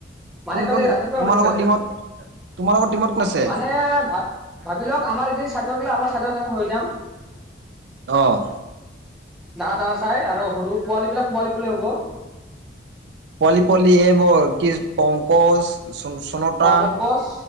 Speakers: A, in the centre; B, on the right.
A: মানে কালি
B: কোন
A: ৰাতিপুৱাই
B: তোমালোকৰ
A: হ'ব খে
B: টিমত তোমালোকৰ টিমত কোন আছে
A: মানে ভা ভাবি লওঁক আমাৰ এদিন <unintelligible> আমাৰ <unintelligible> <unintelligible> হৈ যাম।
B: অ'।
A: ডাঙৰ ডাঙৰ চাই আৰু সৰু পোৱালীবিলাক পোৱালি পোৱলি হ'ব।
B: পোৱালি পোৱালি এইবোৰ কি পংকজ চনতা
A: অ', পংকজ